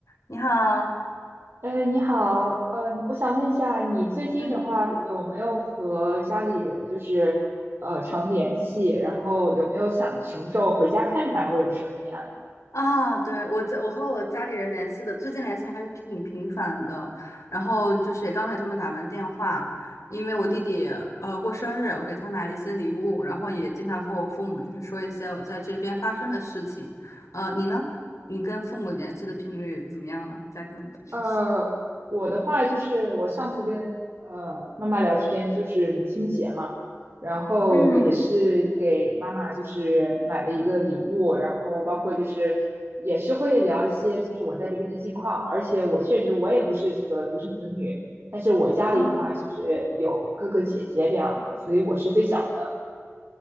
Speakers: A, on the left (about 85°); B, on the right (about 50°).
A: 你好，
B: 哎，你好，嗯、我想问一下，你最近的话有没有和家里人就是呃常联系？
A: 嗯，
B: 然后有没有想什么时候回家看看，或者说怎么样呀？
A: 啊，对，我在我和我家里人联系的，最近联系还是挺频繁的。然后就是也刚才他们打完电话，因为我弟弟呃过生日，
B: 嗯。
A: 我给他买了一些礼物，然后也经常和我父母就是说一些我在这边发生的事情。呃，你呢？你跟父母联系的频率怎么样呢？家庭联系频率？
B: 呃，我的话就是我上次跟呃妈妈聊天，就是母亲节嘛，然后也是给妈妈就是买了一个礼物，
A: 嗯，
B: 然后包括就是也是会聊一些就是我在这边的近况，而且我确实我也不是这个独生子女，但是我家里的话就是有哥哥姐姐这样的，
A: 啊，
B: 所以我是最小的。